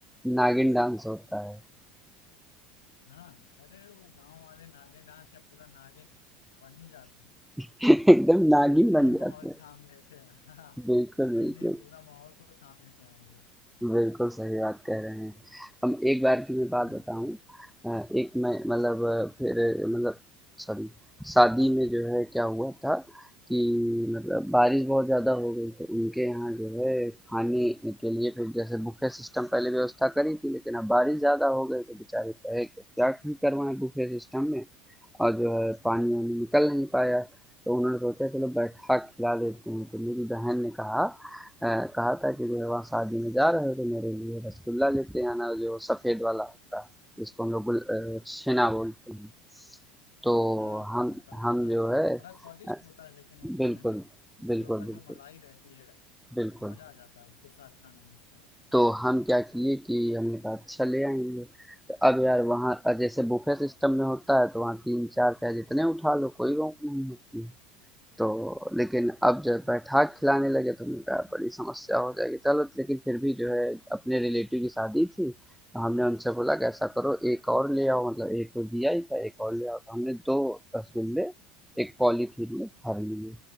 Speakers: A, in the centre; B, on the left.
A: नागिन डांस होता है
B: हाँ अरे वो गांव वाले नागिन डांस का पूरा नागिन बन ही जाते हैं
A: <laughs> एकदम
B: वो
A: नागिन
B: अकेले
A: बन
B: ही
A: जाते
B: माहौल
A: हैं।
B: थाम लेते हैं हाँ
A: बिल्कुल,
B: अकेले
A: बिल्कुल।
B: ही पूरा माहौल को थाम लेते हैं वो लोग
A: बिल्कुल सही बात कह रहे हैं। हम एक बार की मैं बात
B: हम्म।
A: बताऊँ अ, एक मैं मतलब अ, फिर मतलब सॉरी शादी में जो है क्या हुआ था कि मतलब बारिश बहुत ज़्यादा हो गई तो उनके यहाँ जो है खाने के लिए फिर जैसे बुफे सिस्टम पहले व्यवस्था करी थी लेकिन अब बारिश ज़्यादा हो गई तो बेचारे कहे कि क्या ही करवाएं बुफे सिस्टम में और जो है पानी वानी निकल नहीं पाया तो उन्होंने सोचा चलो बैठा खिला देते हैं तो मेरी बहन ने कहा अ, कहा था कि जो है वहाँ शादी में जा रहे हो तो मेरे लिए रसगुल्ला लेते आना जो सफ़ेद वाला होता है जिसको हम लोग गुल अ, छेना बोलते हैं तो
B: हाँ हाँ
A: हम
B: होता है होता
A: हम जो
B: है
A: है
B: बड़ा स्वादिष्ट
A: अ,
B: होता है लेकिन वो खाने
A: बिल्कुल
B: में उसके
A: बिल्कुल
B: ऊपर जो
A: बिल्कुल
B: मलाई रहती है
A: बिल्कुल
B: मजा आ जाता है उसके साथ खाने में उसको
A: तो हम क्या किए कि हमने कहा अच्छा ले आएंगे तो अब यार वहाँ अ, जैसे बुफे सिस्टम में होता है तो वहाँ तीन चार चाहे जितने उठा लो कोई रोक नहीं होती है। तो लेकिन अब जब बैठा के खिलाने लगे तो हमने कहा बड़ी समस्या हो जाएगी चलो लेकिन फिर भी जो है अपने रिलेटिव की शादी थी तो हमने उनसे बोला कि ऐसा करो एक और ले आओ मतलब एक तो दिया ही था एक और ले आओ तो हमने दो रसगुल्ले एक पॉलीथीन में भर लिए